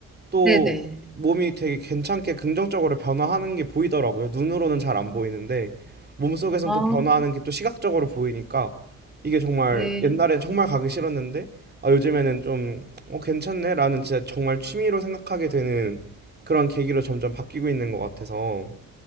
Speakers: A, on the right; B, in the centre.
A: 또
B: 네네.
A: 몸이 되게 괜찮게 긍정적으로 변화하는 게 보이더라고요. 눈으로는 잘 안 보이는데 몸속에선
B: 아,
A: 또 변화하는 게 또 시각적으로 보이니까 이게 정말
B: 네.
A: 옛날엔 정말 가기 싫었는데 아 요즘에는 좀 어, 괜찮네 라는 진짜 정말 취미로 생각하게 되는 그런 계기로 점점 바뀌고 있는 것 같아서